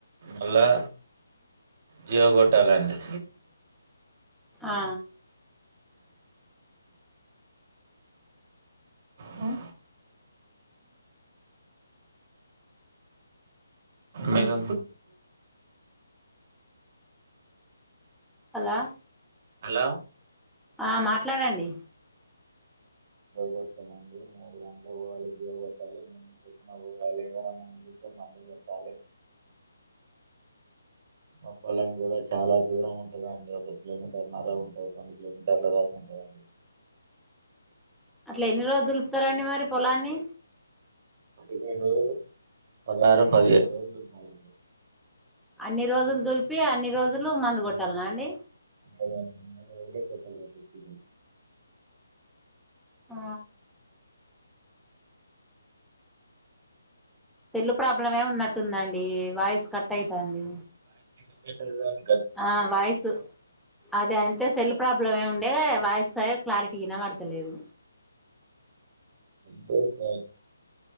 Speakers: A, on the right; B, in the centre.
A: మళ్ళా జివ కొట్టలండి
B: ఆ
A: ఉ మీరు
B: హలో
A: హలో
B: ఆ మాట్లాడండి
A: కొట్టామండి మూడు గంటలు పోవాలి జీవ కొొట్టాలి మళ్ళీ పతున పోవాలి ఏద కుట్టే మళ్ళీ కొట్టాలి మా పళ్యం కూడా చాలా దూరం ఉంటదండి ఒక కిలోమీటర్న్నర ఉంటవు రెండు కిలోమీటర్ల దాకా ఉంటదండి
B: అట్లా ఎన్ని రోజు దులుపుతారండి మరి పొలాన్ని
A: పదిహేడు రోజులు పదహారు పదిహేడు రోజులు దున్నుతాం అండి
B: అన్ని రోజులు దులిపు చెప్పి అన్ని రోజులు మందు కొట్టాల్ న అండి
A: అమూడు రోజులే కొట్టాలండి దుమ్
B: ఆ సెల్ ప్రాబ్లం మే ఉన్నట్టుందండి వాయిస్ కట్ అయి తల్లి
A: చే ప్ టెల్ గాన్ని
B: ఆ వయిసు అదే అంతే అయితే సెల్ ప్రాబ్లమ్ ఏ ఉండే వాయిస్ క్లారిటీ గ ఇనాపడతలేదు
A: సె ప్ర